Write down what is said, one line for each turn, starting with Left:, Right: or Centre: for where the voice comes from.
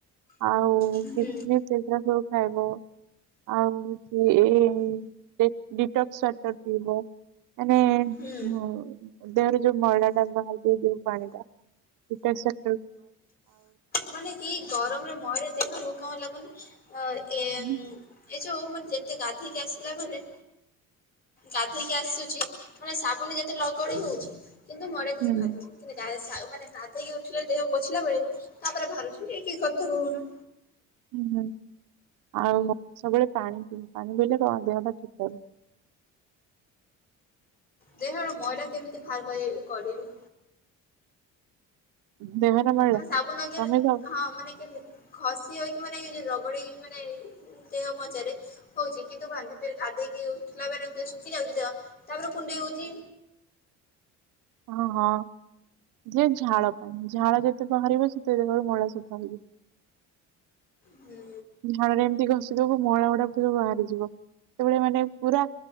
Right: ଆଉ
Left: ହୁଁ
Right: କିସମିସ ଏଗୁରା ସବୁ ଖାଇବ? ଆଉ ଯେ ଏଇ ଡିଟକ୍ସ ୱାଟର ପିଇବ। ମାନେଁ
Left: ହୁଁ
Right: ଦେହରୁ ଯୋଉ ମଇଳାଟା ବାହାରି ଯାଉଛି ଯୋଉ ପାଣିିବା ଡିଟକ୍ସ ୱାଟର।
Left: ମାନେ ଏଇ ଗରମରେ ମଇଳା ଦେହରୁ କଣ ଲାଗୁନି। ହଁ ଏ
Right: ହୁଁ
Left: ଏ ଯୋଉ ମାନେ ଯେତେ ଗାଧେଇକି ଆସିଲା ପରେ ଗାଧୋଇକି ଆସୁଛି ମାନେ ସାବୁନ ଯେତେ ଲଗଡି ହଉଛି କିନ୍ତୁ ମୋରେ କିଛି
Right: ହୁଁ
Left: ଭାବୁନି। କିନ୍ତୁ ମାନେ ଗାଧେଇକି ଉଠିଲେ ଦେହ ପୋଛିଲା ବେଳକୁ ତାପରେ ଭାବୁଛିି ଏ କି କଥା କହୁନ?
Right: ହୁଁ ହୁଁ ଆଉ ସବୁବେଳେ ପାଣି ପିଇ ପାଣି ପିଇଲେ ଦେହ ଟା ଠିକ ରହିବ।
Left: ଦେହର ମଇଳା କେମିତି ବାହାର କରିବି?
Right: <inaudible>
Left: ମାନେ ସାବୁନ ଆଗରେ
Right: ତମେ ଖାଉ
Left: ହଁ ମାନେ କି ଘସି ହଉକି ମାନେ ରଗଡି ହଉ ମାନେ ଦେହ ପଚାରେ? ହଉଛି କିନ୍ତୁ ଭାବରେ ଗାଧେଇକି ଉଠିଲା ପରେ ଶୁଖି ଯାଉଛି ଦେହ ତାପରେ କୁଣ୍ଡେଇ ହଉଛି।
Right: ହଁ ହଁ ଯୋଉ ଝାଳ ପାଇଁ ଝାଳ ଯେତେ ବାହାରିବ ସେତେ ଦେହରୁ ମଇଳା ସଫା ହେଇଯିବ।
Left: ହୁଁ
Right: ଝାଳରେ ଏମିତି ଘଷିଦବ ମଇଳା ଗୁଡା ପୁରା ବାହାରିଯିବ ସେତଭଳି ମାନେ ପୁରା